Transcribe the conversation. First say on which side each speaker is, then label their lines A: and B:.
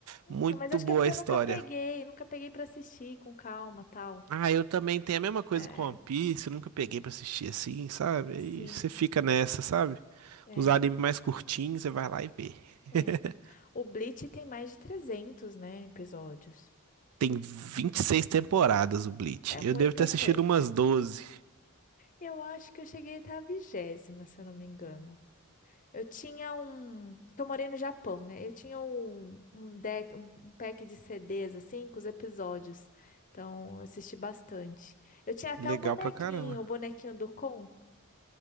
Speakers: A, on the left (about 35°); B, on the right (about 80°).
A: Então,
B: Muito
A: mas acho
B: boa
A: que é porque
B: a história.
A: eu nunca peguei, nunca peguei pra assistir com calma, tal.
B: Ah, eu também tenho a mesma coisa
A: É,
B: com One Piece, eu nunca peguei pra assistir assim, sabe?
A: sim,
B: Aí você fica nessa, sabe?
A: é.
B: Os animes mais curtinhos, você vai lá e vê.
A: É.
B: <laughs>
A: O Bleach tem mais de 300, né, episódios.
B: Tem 26 temporadas o Bleach.
A: É
B: Eu
A: muita
B: devo ter assistido
A: coisa.
B: umas 12.
A: Eu acho que eu cheguei a estar a vigésima, se eu não me engano. Eu tinha um. que Eu morei no Japão, né? Eu tinha um, um deck, um, um pack de CDs, assim, com os episódios. Então, eu assisti bastante. Eu tinha até
B: Legal
A: o bonequinho,
B: pra caramba.
A: o bonequinho do Kon,